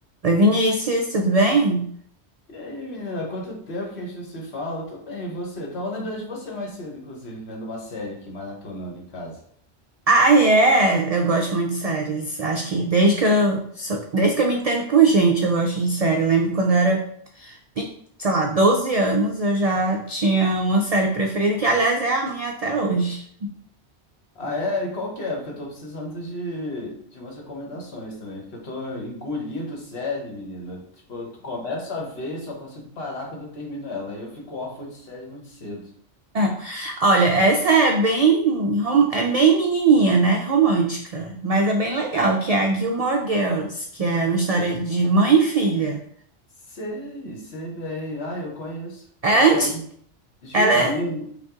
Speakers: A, on the right; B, on the left.
A: Oi, Vinícius, tudo bem?
B: E aí, menina, quanto tempo que a gente não se fala? Eu tô bem, e você? Tava lembrando de você mais cedo, inclusive, vendo uma série aqui, maratonando em casa.
A: Ah, é, eu gosto muito de séries. Acho que desde que eu sou- desde que eu me entendo por gente, eu gosto de série. Eu lembro quando eu era, pe- sei lá, 12 anos, eu já tinha uma série preferida, que aliás é a minha até hoje.
B: Ah, é? E qual que é? Porque eu tô precisando de, de umas recomendações também, porque eu tô engolindo série, menina. Tipo, eu começo a ver e só consigo parar quando eu termino ela. Aí eu fico órfão de série muito cedo.
A: <laughs> Olha, essa é bem, rom- é bem menininha, né? Romântica, mas é bem legal, que é a Gilmore Girls, que é uma história de mãe e filha.
B: Sei, sei bem. Ah, eu conheço.
A: É
B: É ótimo.
A: anti...
B: A minha- Juro,
A: Ela é...
B: a minha... irmã-